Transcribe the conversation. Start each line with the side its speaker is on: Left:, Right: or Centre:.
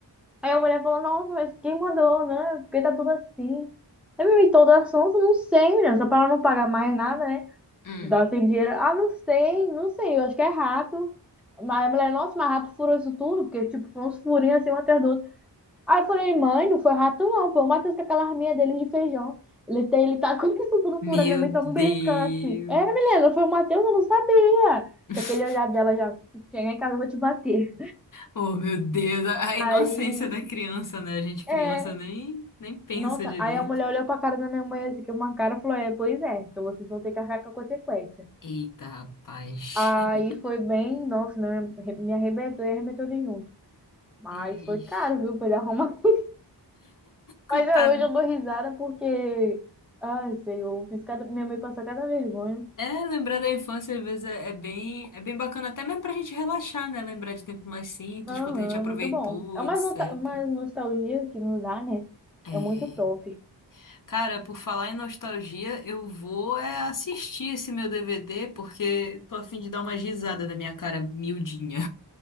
Centre: aí a mulher falou, nossa, mas quem mandou, né? Porque tá tudo assim. Eu me toda assunto, não sei, menina, só pra ela não pagar mais nada, né?
Left: Hum.
Centre: Dá sem dinheiro. Ah, não sei, não sei, eu acho que é rato. Mas a mulher, nossa, mas rato furou isso tudo, porque, tipo, foram uns furinhos assim, um atrás do outro. Aí eu falei, mãe, não foi rato não, foi o Matheus com aquela arminha dele de feijão. Ele, tem, ele tá <laughs> com isso tudo
Left: Meu
Centre: furado, minha mãe
Left: Deus.
Centre: tá me beliscando assim. É, menina, foi o Matheus, eu não sabia.
Left: <laughs>
Centre: Com aquele olhar dela já, se chegar em casa eu vou te bater.
Left: Oh, meu Deus, a a inocência
Centre: Aí,
Left: da criança, né? A gente criança
Centre: é,
Left: nem, nem pensa
Centre: nossa,
Left: direito.
Centre: aí a mulher olhou pra cara da minha mãe assim, que uma cara e falou, é, pois é, então vocês vão ter que arcar com a consequência.
Left: Eita, rapaz.
Centre: Aí
Left: <laughs>
Centre: foi bem, nossa, me arre- me arrebentou e arrebentou ele junto. Mas
Left: Ixi.
Centre: foi caro, viu, pra ele arrumar. <laughs>
Left: Coitado.
Centre: Mas é, hoje eu dou risada porque, ai, Senhor, fiz cada... minha mãe passou cada vergonha.
Left: É, lembrar da infância às vezes é, é bem, é bem bacana, até mesmo pra gente relaxar, né? Lembrar de tempos mais simples,
Centre: Aham,
Left: quanto a gente aproveitou,
Centre: muito bom. É
Left: etc.
Centre: mais nota- mais nostalgia que nos dá, né?
Left: É.
Centre: É muito top.
Left: Cara, por falar em nostalgia, eu vou é assistir esse meu DVD, porque tô a fim de dar uma risada da minha cara miudinha.